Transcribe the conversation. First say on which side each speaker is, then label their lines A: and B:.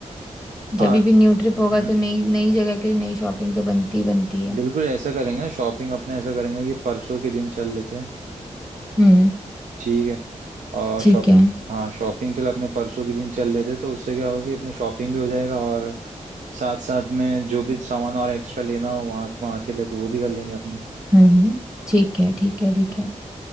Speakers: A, on the right; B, in the centre.
A: हाँ
B: जब भी न्यू ट्रिप
A: हम्म,
B: होगा तो
A: हम्म,
B: नई नई जगह के लिए नई शॉपिंग तो बनती बनती है
A: बिल्कुल ऐसा करेंगे ना शॉपिंग अपने ऐसा करेंगे कि परसों के दिन चल लेते हैं
B: हम्म
A: ठीक है और
B: ठीक
A: शॉप
B: है
A: हाँ शॉपिंग के लिए अपने परसों के दिन चल लेते हैं तो उससे क्या होगा कि अपने शॉपिंग भी हो जाएगा और साथ साथ में जो भी सामान और एक्स्ट्रा लेना हो वहाँ वहाँ के लिए तो वो भी कर लेंगे अपने
B: हम्म ठीक है ठीक है ठीक
A: हम्म।
B: है